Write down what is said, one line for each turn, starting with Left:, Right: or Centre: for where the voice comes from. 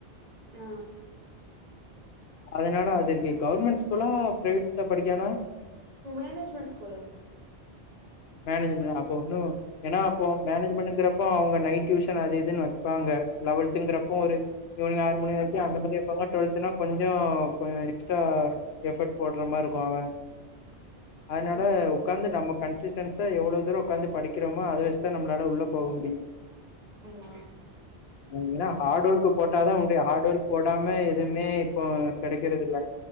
Right: ஆ
Left: அதுனால அது இருக்கு கவர்மெண்ட் ஸ்கூலா பிரைவேட்ல படிக்கானா
Right: மேனேஜ்மெண் ஸ்கூலு
Left: மேனேஜ்மெண் அப்ப ஒன்னு ஏன்னா அப்போ மேனேஜ்மெண்னுங்கறப்போ அவுங்க நைட் டியூஷன் அது இதுன்னு வெப்பாங்க லெவல்த்துங்கறப்போ ஒரு ஈவ்னிங் ஆறு மணி வர்க்கு அந்த மாரி வெப்பாங்க டுவெல்த்னா கொஞ்சொ கொஞ் எக்ஸ்ட்ரா எஃபட் போட்ற மாருக்கு அவெ அதுனால
Right: ம்
Left: உக்காந்து நம்ம கன்சிஸ்டென்ஸா எவ்ளோ தூர உக்காந்து படிக் க்றமோ அத வச்தா நம்ளால உள்ள போக முடியு
Right: அ
Left: ம் எனா ஹாட் ஒர்க்கு போட்டாதா உண்டு ஹாட் ஒர்க் போடாம எதுமே இப்போ கெடக்கறதில்ல